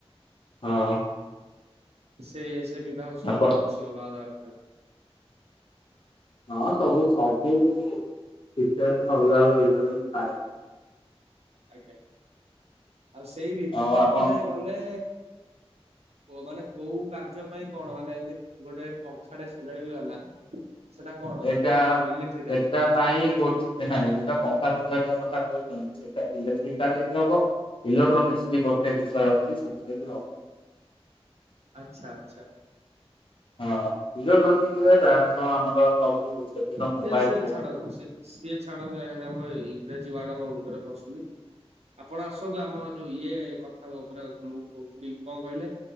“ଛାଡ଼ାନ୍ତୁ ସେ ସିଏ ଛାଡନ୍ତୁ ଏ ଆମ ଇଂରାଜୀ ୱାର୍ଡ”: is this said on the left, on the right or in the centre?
Right